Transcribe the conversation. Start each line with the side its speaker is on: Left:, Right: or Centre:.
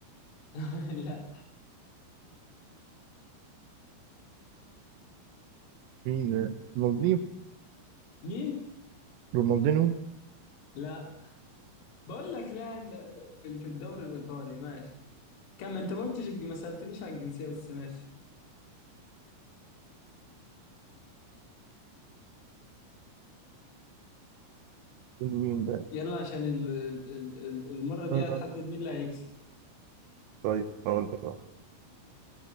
Left: <laughs> لا
Right: مين رونالدينيو
Left: مين
Right: رونالدينيو
Left: لا بقول لك لاعب في في الدوري الايطالي ماشي كم انت ما قلتش ما سألتنيش على الجنسية بس ماشي
Right: مين
Left: يلا عشان ال... ال... ال- المرة دي
Right: بقى
Left: هتحدد مين اللي هيكسب
Right: طيب هقول لك اهو